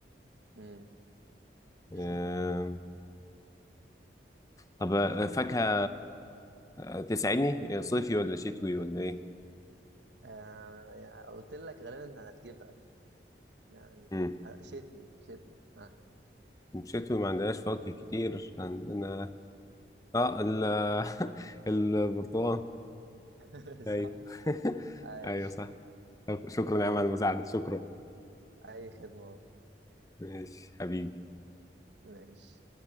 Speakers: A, on the right; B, on the left.
A: امم <clears throat>
B: آم، طب آه،
A: فاكهه
B: فاكهة آه، تسعيني آه، صيفي ولا شتوي ولا ايه
A: آه يعني قلت لك غالبا انت هتجيبها يعني
B: مم.
A: آه، شتوي شتوي آه.
B: شتوي ما عندناش فواكه كتير عندنا اه ال <laughs> البرتقال
A: <laughs>
B: ايوه
A: صح
B: <laughs>
A: عاش
B: ايوه صح طب شكرا
A: جامد
B: يا عم على المساعدة شكرا
A: أي خدمة
B: ماشي حبيبي
A: ماشي